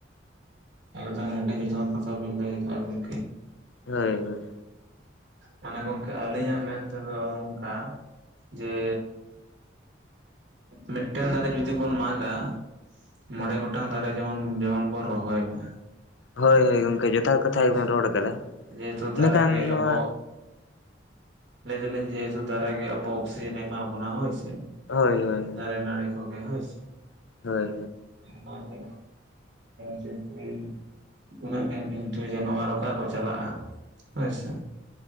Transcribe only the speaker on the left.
ᱦᱳᱭ-ᱦᱳᱭ
ᱦᱳᱭ-ᱦᱳᱭ ᱜᱚᱢᱠᱮ ᱡᱚᱛᱷᱟᱛ ᱠᱟᱛᱷᱟ
ᱜᱮᱵᱤᱱ
ᱨᱚᱲ ᱠᱟᱫᱟ
ᱤᱱᱟᱹᱠᱷᱟᱱ
ᱱᱚᱣᱟ
ᱦᱳᱭ- ᱦᱳᱭ
ᱦᱳᱭ ᱦᱳᱭ